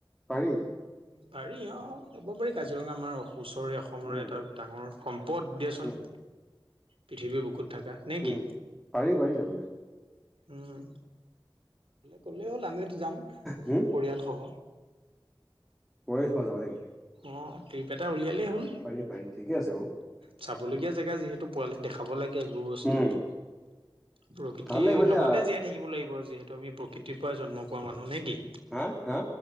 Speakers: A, in the centre; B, on the right (about 85°).
A: পাৰি।
B: পাৰি অহ, যাব পাৰি কাজিৰঙা আমাৰ ওচৰৰে অসমৰে
A: উম
B: এটা ডাঙৰ সম্পদ দিয়াচোন।
A: উম
B: পৃথিৱীৰ বুকুত থাকা নে
A: উম
B: কি?
A: পাৰি পাৰি যাবলৈ
B: উম, গ'লে হ'ল আমিওটো যাম
A: হম
B: পৰিয়ালসহ।
A: <unintelligible> যাবা নেকি?
B: অহ, ট্ৰিপ এটা উলিয়ালেই হ'ল,
A: পাৰি পাৰি ঠিকে আছে বাৰু
B: চাবলগীয়া জেগা যিহেতু পোৱালিক দেখাব লাগে। এইবোৰ বস্তু,
A: উম
B: প্ৰকৃতিৰ
A: ভাল লাগিব দিয়া
B: লগতে জীয়াই থাকিব লাগিব যিহেতু আমি প্ৰকৃতিৰ পৰা জন্ম পোৱা মানুহ নে কি?
A: হা হা